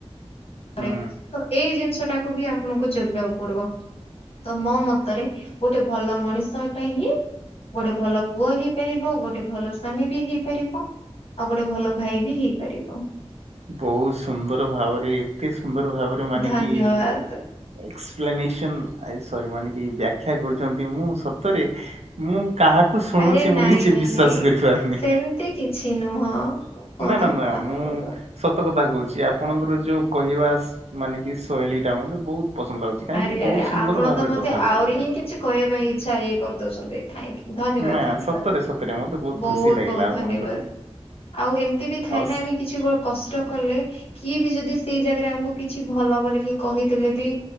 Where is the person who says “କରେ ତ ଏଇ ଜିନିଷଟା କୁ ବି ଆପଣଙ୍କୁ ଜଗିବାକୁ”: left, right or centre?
Left